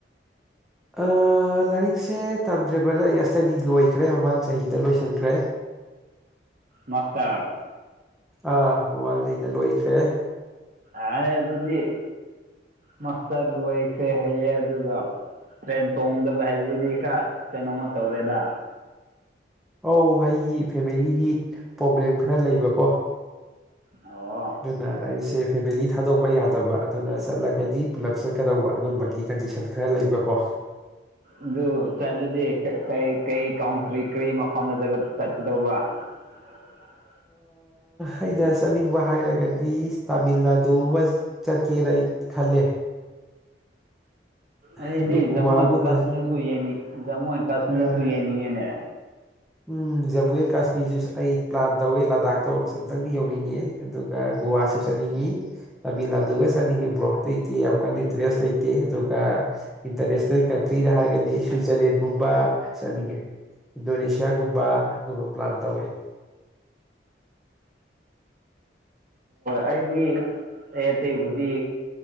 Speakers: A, in the centre; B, on the right (about 50°).
A: ꯑꯥ ꯂꯥꯏꯔꯤꯛꯁꯦ ꯇꯝꯗ꯭ꯔꯦ ꯕ꯭ꯔꯗꯔ ꯏꯁꯇꯗꯤ ꯂꯣꯏꯈ꯭ꯔꯦ ꯃꯃꯥꯡ ꯆꯍꯤꯗ ꯂꯣꯏꯁꯤꯟꯈ꯭ꯔꯦ
B: ꯃꯥꯁꯇꯔ
A: ꯑꯥ ꯃꯃꯥꯡ ꯆꯍꯤꯗ ꯂꯣꯏꯈ꯭ꯔꯦ
B: ꯑꯥꯏ ꯑꯗꯨꯗꯤ ꯃꯥꯁꯇꯔ ꯂꯣꯏꯈ꯭ꯔꯦ ꯍꯥꯏꯌꯦ ꯑꯗꯨꯒ ꯇ꯭ꯔꯦꯟ ꯇꯣꯡꯗꯕ ꯍꯥꯏꯕꯖꯤꯗꯤ ꯈꯔ ꯀꯩꯅꯣꯃ ꯇꯧꯔꯦꯗ
A: ꯑꯧ ꯑꯩꯒꯤ ꯐꯦꯃꯤꯂꯤꯒꯤ ꯄ꯭ꯔꯣꯕ꯭ꯂꯦꯝ ꯈꯔ ꯂꯩꯕꯀꯣ
B: ꯑꯣ
A: ꯑꯗꯨꯅ ꯑꯩꯁꯦ ꯐꯦꯃꯤꯂꯤ ꯊꯥꯗꯣꯛꯄ ꯌꯥꯗꯕ ꯑꯗꯨꯅ ꯆꯠꯂꯒꯗꯤ ꯄꯨꯂꯞ ꯆꯠꯀꯗꯧꯕ ꯑꯗꯨꯝꯕꯒꯤ ꯀꯟꯗꯤꯁꯟ ꯈꯔ ꯂꯩꯕꯀꯣ
B: ꯑꯗꯨ ꯆꯠꯂꯗꯤ ꯀꯔꯤ ꯀꯟꯇ꯭ꯔꯤ ꯀꯔꯤ ꯃꯐꯝꯗ ꯆꯠꯀꯗꯧꯕ <inaudible>
A: ꯑꯩꯅ ꯆꯠꯅꯤꯡꯕ ꯍꯥꯏꯔꯒꯗꯤ ꯇꯥꯃꯤꯜ ꯅꯥꯗꯨ ꯑꯃ ꯆꯠꯀꯦꯅ ꯑꯩ ꯈꯜꯂꯦ
B: ꯑꯩꯗꯤ
A: ꯑꯗꯨ ꯒꯣꯋꯥꯒꯨꯝꯕ
B: ꯖꯃꯨ ꯑꯦꯟ ꯀꯥꯁꯃꯤꯔꯁꯨ ꯌꯦꯅꯤ ꯖꯃꯨ ꯑꯦꯟ ꯀꯥꯁꯃꯤꯔꯁꯨ
A: ꯑꯥ
B: ꯌꯦꯡꯅꯤꯡꯉꯦꯅꯦ
A: ꯎꯝ ꯖꯃꯨ ꯑꯦꯟ ꯀꯥꯁꯃꯤꯔꯁꯨ ꯑꯩ ꯄ꯭ꯂꯥꯟ ꯇꯧꯋꯦ ꯂꯥꯗꯥꯛꯇꯣ ꯑꯃꯨꯛꯇꯪꯗꯤ ꯌꯧꯅꯤꯡꯉꯤ ꯑꯗꯨꯒ ꯒꯣꯋꯥꯁꯨ ꯆꯠꯅꯤꯡꯉꯤ ꯇꯥꯃꯤꯜ ꯅꯥꯗꯨꯒ ꯆꯠꯅꯤꯡꯉꯤ ꯕ꯭ꯔꯣ ꯑꯇꯩꯗꯤ ꯌꯥꯝ ꯀꯟꯅ ꯏꯟꯇ꯭ꯔꯦꯁ ꯂꯩꯇꯦ ꯑꯗꯨꯒ ꯏꯟꯇꯔꯅꯦꯁꯅꯦꯜ ꯀꯟꯇ꯭ꯔꯤꯗ ꯍꯥꯏꯔꯒꯗꯤ ꯁ꯭ꯋꯤꯖꯔꯂꯦꯟꯒꯨꯝꯕ ꯆꯠꯅꯤꯡꯉꯦ ꯏꯟꯗꯣꯅꯦꯁ ꯅꯌꯥꯒꯨꯝꯕ ꯑꯗꯨꯨꯝꯕ ꯄ꯭ꯂꯥꯟ ꯇꯧꯋꯦ
B: ꯑꯩꯗꯤ ꯑꯩ ꯑꯇꯩꯕꯨꯗꯤ